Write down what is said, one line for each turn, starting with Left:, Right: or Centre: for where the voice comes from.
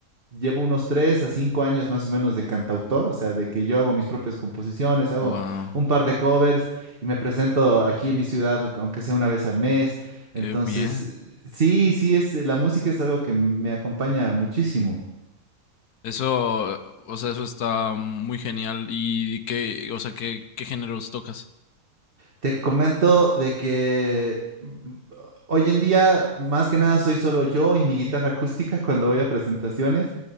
Right: llevo unos tres a cinco años más o menos de cantautor, o sea, de que yo hago mis propias composiciones, hago
Left: Wow,
Right: un par de covers y me presento aquí en mi ciudad, aunque sea una vez al mes. Entonces,
Left: qué bien.
Right: sí, sí, es, la música es algo que me acompaña muchísimo.
Left: Eso, o sea, eso está muy genial. ¿Y qué, o sea, qué, qué géneros tocas?
Right: Te comento de que mm, hoy en día más que nada soy solo yo y mi guitarra acústica cuando voy a presentaciones,